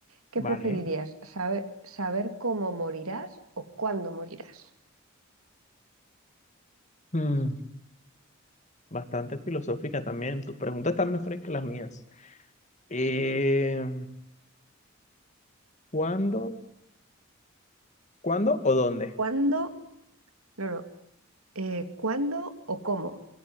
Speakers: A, on the right; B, on the left.
A: ¿Qué
B: vale.
A: preferirías? ¿Saber, saber cómo morirás o cuándo morirás?
B: Mm, bastante filosófica también. Tus preguntas están más frescas que las mías. Eh, ¿cuándo? ¿Cuándo o dónde?
A: ¿Cuándo? No, no. eh, ¿cuándo o cómo?